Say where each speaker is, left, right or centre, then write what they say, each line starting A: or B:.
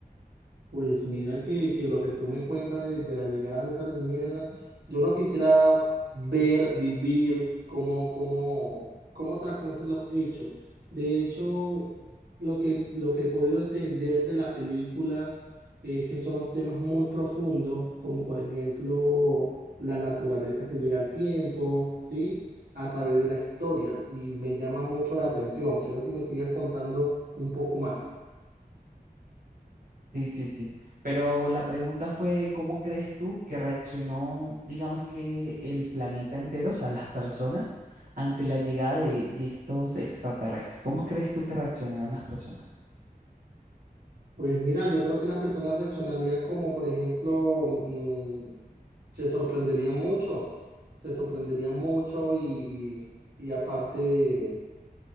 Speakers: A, on the right; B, on the right.
A: Pues mira que, que lo que tú me cuentas de, de la llegada de esa alienígena, yo no quisiera ver, vivir cómo, cómo, cómo transcurren los hechos. De hecho, lo que, lo que he podido entender de la película es que son los temas muy profundos, como por ejemplo la naturaleza que llega al tiempo, ¿sí? A través de la historia. Y me llama mucho la atención. Quiero que me sigas contando un poco más.
B: Sí, sí, sí. Pero la pregunta fue, ¿cómo crees tú que reaccionó, digamos que el planeta entero, o sea, las personas, ante la llegada de, de estos extraterrestres? ¿Cómo crees tú que reaccionaron las personas?
A: Pues mira, yo creo que las personas reaccionarían como, por ejemplo, mm, se sorprenderían mucho, se sorprenderían mucho y, y- y aparte,